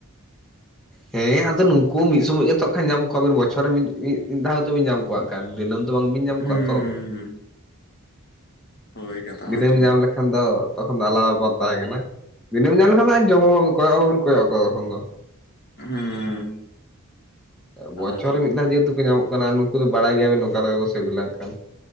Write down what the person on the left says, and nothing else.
ᱦᱩᱸ
ᱦᱩᱸ ᱦᱩᱸ᱾ ᱦᱳᱭ ᱠᱟᱛᱷᱟ
ᱢᱟ ᱴᱷᱤᱠ
ᱦᱩᱸ ᱠᱟᱛᱷᱟ
ᱢᱟ ᱴᱷᱤᱠ